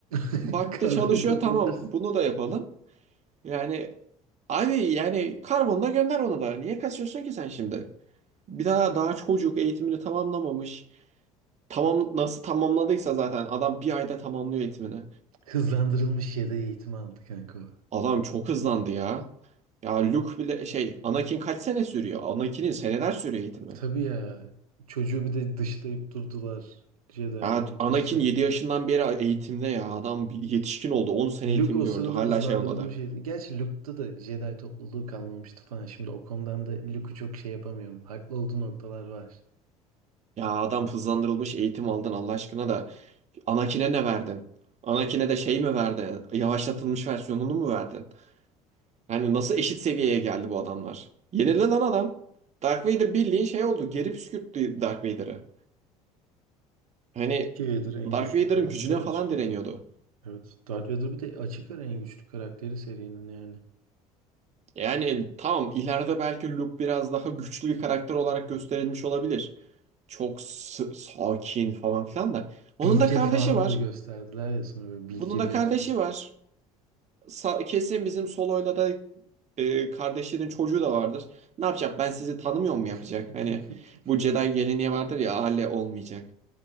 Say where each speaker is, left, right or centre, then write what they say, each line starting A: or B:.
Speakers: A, on the right (about 80°); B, on the right (about 40°).
A: <laughs>
B: Baktı
A: Karbonladılar.
B: çalışıyor tamam bunu da yapalım. Yani abi yani karbonla gönder onu da. Niye kaçıyorsun ki sen şimdi? Bir daha daha çocuk eğitimini tamamlamamış. Tamam nasıl tamamladıysa zaten adam bir ayda tamamlıyor eğitimini.
A: Hızlandırılmış yedeği eğitimi aldı kanka o.
B: Adam çok hızlandı ya. Ya Luke bile şey Anakin kaç sene sürüyor? Anakin'in seneler sürüyor
A: <laughs>
B: eğitimi.
A: Tabii ya. Çocuğu bir de dışlayıp durdular. Jedi
B: Ya
A: komitesi
B: Anakin
A: sürekli.
B: 7 yaşından beri eğitimde ya adam bir yetişkin oldu 10 sene
A: Luke
B: eğitim
A: o
B: gördü
A: sırada
B: hala
A: hızlandırılmış
B: şey olmadı.
A: yedi. Gerçi Luke'da da Jedi topluluğu kalmamıştı falan. Şimdi o konudan da Luke'u çok şey yapamıyorum. Haklı olduğu noktalar var.
B: Ya adam hızlandırılmış eğitim aldın Allah aşkına da Anakin'e ne verdin? Anakin'e de şey mi verdin? Yavaşlatılmış versiyonunu mu verdin? Yani nasıl eşit seviyeye geldi bu adamlar? Yenildi lan adam. Dark Vader bildiğin şey oldu. Geri püskürttü Dark Vader'ı. Hani
A: Ki Vader en
B: Dark
A: güçlü
B: Vader'ın
A: karakter
B: gücüne
A: açık
B: falan direniyordu.
A: ara. Evet. Darth Vader bir de açık ara en güçlü karakteri serinin yani.
B: Yani tamam ileride belki Luke biraz daha güçlü bir karakter olarak gösterilmiş olabilir. Çok s- sakin falan filan da. Onun
A: Bilge
B: da kardeşi
A: falan
B: var.
A: da gösterdiler ya sonra böyle bilge
B: Bunun da
A: bir
B: kardeşi
A: hali.
B: var. Sa- kesin bizim Solo'yla da e, kardeşinin çocuğu da vardır. Ne yapacak? Ben sizi tanımıyor mu yapacak?
A: <laughs>
B: Hani bu Jedi geleneği vardır ya aile olmayacak.